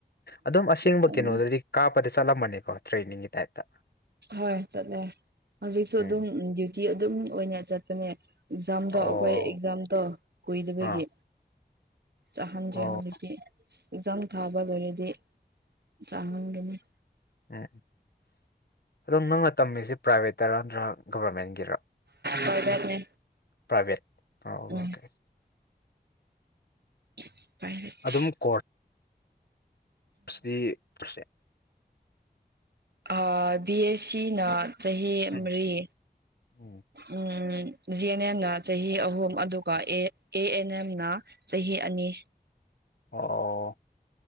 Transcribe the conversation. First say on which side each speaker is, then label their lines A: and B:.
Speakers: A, on the left; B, on the right.
A: ꯑꯗꯨꯝ ꯑꯁꯦꯡꯕ
B: ꯈꯪꯉꯦ
A: ꯀꯩꯅꯣꯗꯗꯤ ꯀꯥꯞꯄꯗꯤ ꯆꯠꯂꯝꯕꯅꯤꯀꯣ ꯇ꯭ꯔꯦꯅꯤꯡꯒꯤ ꯇꯥꯏꯞꯇ
B: ꯍꯣꯏ ꯆꯠꯂꯦ ꯍꯧꯖꯤꯛꯁꯨ ꯑꯗꯨꯝ
A: ꯎꯝ
B: ꯗ꯭ꯌꯨꯇꯤ ꯑꯗꯨꯝ ꯑꯣꯏꯅ ꯆꯠꯄꯅꯦ ꯑꯦꯛꯖꯥꯝꯗꯣ
A: ꯑꯣ
B: ꯑꯩꯈꯣꯏ ꯑꯦꯛꯖꯥꯝꯗꯣ ꯀꯨꯏꯗꯕꯒꯤ
A: ꯑꯥ
B: ꯆꯥꯍꯟꯗ꯭ꯔꯦ
A: ꯑꯣ
B: ꯍꯧꯖꯤꯛꯇꯤ ꯑꯦꯛꯖꯥꯝ ꯊꯥꯕ ꯂꯣꯏꯔꯗꯤ ꯆꯥꯍꯟꯒꯅꯤ
A: ꯎꯝ ꯑꯗꯣ ꯅꯪꯅ ꯇꯝꯃꯤꯁꯤ ꯄ꯭ꯔꯥꯏꯚꯦꯠꯇꯔ ꯅꯠꯇ꯭ꯔꯒ ꯒꯕꯔꯃꯦꯟꯒꯤꯔ
B: ꯄ꯭ꯔꯥꯏꯚꯦꯠꯅꯦ
A: ꯄ꯭ꯔꯥꯏꯚꯦꯠ ꯑ ꯑꯣꯀꯦ
B: ꯎꯝ ꯄꯥꯏꯚꯦꯠ
A: ꯑꯗꯨꯝ ꯀꯣ <unintelligible>
B: ꯑ ꯕꯤ ꯑꯦꯁ ꯁꯤ ꯅ ꯆꯍꯤ
A: ꯎꯝ
B: ꯃꯔꯤ
A: ꯎꯝ
B: ꯎꯝ ꯖꯤ ꯑꯦꯟ ꯑꯦꯦꯝꯅ ꯆꯍꯤ ꯑꯍꯨꯝ ꯑꯗꯨꯒ ꯑꯦ ꯑꯦ ꯑꯦꯟ ꯑꯦꯝꯅ ꯆꯍꯤ ꯑꯅꯤ
A: ꯑꯣ